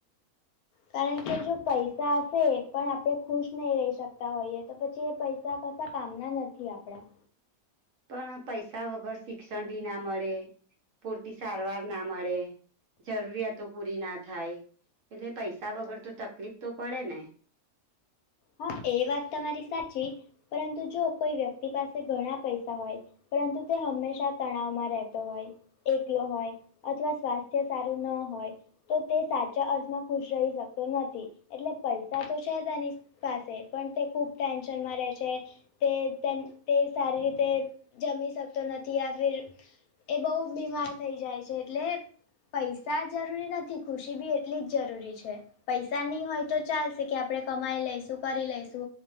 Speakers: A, on the left; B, on the right.
A: કારણ જો પૈસા હશે પણ આપણે ખુશ નહી રહી શકતા હોઈએ તો પછી એ પૈ પૈસા કશા કામના નથી આપણા
B: પણ પૈસા વગર શિક્ષણ બી ના મળે પૂરતી સારવાર ના મળે જરૂરિયાતો પૂરી ના થાય એટલે પૈસા વગર તો તકલીફ તો પડે ને
A: હા એ વાત તમારી સાચી પરંતુ જો કોઈ વ્યક્તિ પાસે ઘણા પૈસા હોય પરંતુ તે હંમેશા તણાવમાં રહેતો હોય એકલો હોય અથવા સ્વાસ્થ્ય સારું ન હોય તો તે સાચા અર્થમાં ખુશ રહી શકતો નથી એટલે પૈસા તો છે તેની પાસે પણ તે ખુબ ટેન્શનમાં રહે છે. તે તે તે સારી રીતે જમી શકતો નથી આ ફિર એ બહુ બીમાર થઈ જાય છે એટલે પૈસા જરૂરી નથી ખુશી બી એટલી જ જરૂરી છે પૈસા નહી હોય તો ચાલશે કે આપડે કમાઈ લઈશું તું કરી લઈશુ